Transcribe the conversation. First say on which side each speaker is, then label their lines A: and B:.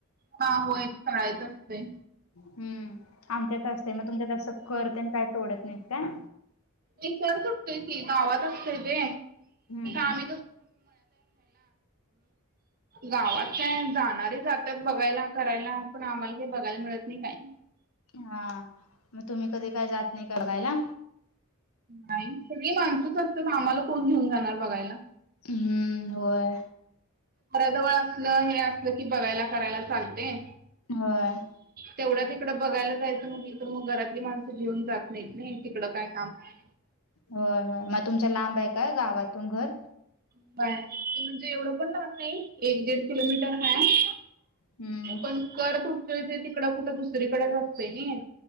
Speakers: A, on the right (about 45°); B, on the left (about 80°).
A: हा होय ते तळायचं असतय.
B: हम्म! आमच्यात असतंय मग तुमच्या असं कर ते काय तोडत नाहीत काय.
A: इ सर सुटतय की गावात असतय ते
B: हम्म हम्म
A: आम <inaudible> गावात काय जाणारी जातात बघायला करायला पण आम्हाला काही बघायला मिळत नाही काही.
B: हा मग तुम्ही कधी काय जात नाही काय बघायला..
A: नाही ती माणसच असत्यात आम्हाला कोण घेऊन जाणार बघायला.
B: हम्म! होय.
A: घराजवळ असलं हे असलं की बघायला करायला चालते.
B: होय.
A: तेवढ्या तिकडं बघायला जायचं म्हटलं तर मग घरातली माणसं घेऊन जात नाहीत नाही तिकडं काय काम आहे.
B: हो होय मग तुमचा लांब आहे काय गावातून घर.
A: <unintelligible> ते म्हणजे एवढं पण लाणार नाही एक दीड किलोमीटर हाय.
B: हम्म!
A: पण कर तुटतोय तिकड कुठं दुसरीकडेच असतंय नाही.